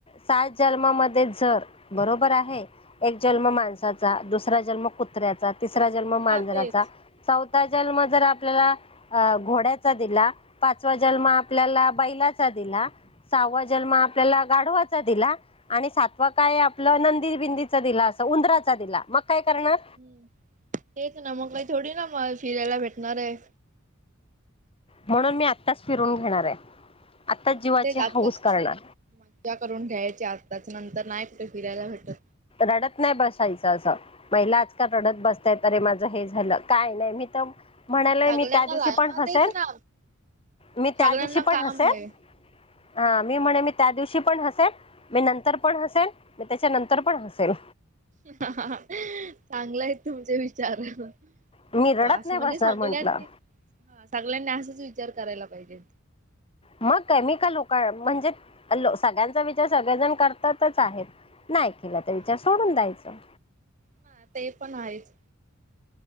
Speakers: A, on the left; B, on the right.
A: सात जन्मामध्ये जर बरोबर आहे. एक जन्म
B: हा
A: माणसाचा, दुसरा जन्म कुत्र्याचा, तिसरा जन्म मांजराचा,
B: हा तेच
A: चौथ जन्म जर आपल्याला घोड्याचा दिला. पाचवा जन्म आपल्याला बैलाचा दिला. साववा जन्म आपल्याला गाढवा- - दिला आणि सात काय आपलं नंदी बंदी दिला असा उंदराच दिला काय करणार
B: हम्म तेच ना मग काही थोडी ना मग फिरायला भेटणार आहे.
A: म्हणून मी आत्ताच फिरून घेणार आहे. आत्ताच
B: मग
A: जीवाची
B: ते जातच
A: हौस करणार
B: मज्जा करून घ्यायच्या त्याच नंतर नाही कुठे फिरायला भेटत.
A: रडत नाही बसायच असं महिला आजकाल रडत बसताय अरे माझं हे झालं काय नाही मी तर म्हणालय
B: सगळ्यांना
A: मी त्या दिवशी
B: लाय
A: पण
B: ना
A: हसेन
B: तेच ना
A: मी
B: सगळ्यांना
A: त्या दिवशी पण
B: काम
A: हसेल
B: आहे.
A: ह मी म्हणे मी त्या दिवशी पण हसेन मी नंतर पण हसेन मी त्याच्या नंतर पण हसेन
B: चांगलं आहे तुमचे विचार मस्त
A: मी रडत
B: असं
A: नाही
B: म्हणजे
A: बसणार
B: सगळ्यांनी
A: म्हंटलं
B: सगळ्यांनी असंच विचार विचार करायला पाहिजेत.
A: मग केमिकल लक म्हणजे सगळ्यांचा विचार सगळेजण करतातच आहेत. नाही केला तर
B: हा
A: विचार सोडून द्यायचं.
B: ना ते पण आहेच.